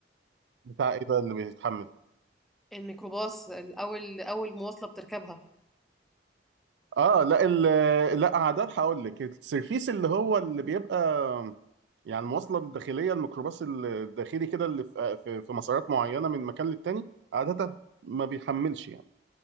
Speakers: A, on the right (about 75°); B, in the centre.
A: بتاع ايه ده اللي بيتحمل
B: الميكروباص الاول اول مواصلة بتركبها
A: اه لا ال... لا عادات هقول لك السيرفيس اللي هو اللي بيبقى يعني المواصله الداخليه الميكروباص الداخلي كده اللي في في في مسارات معينه من مكان للتاني عاده ما بيحملش يعني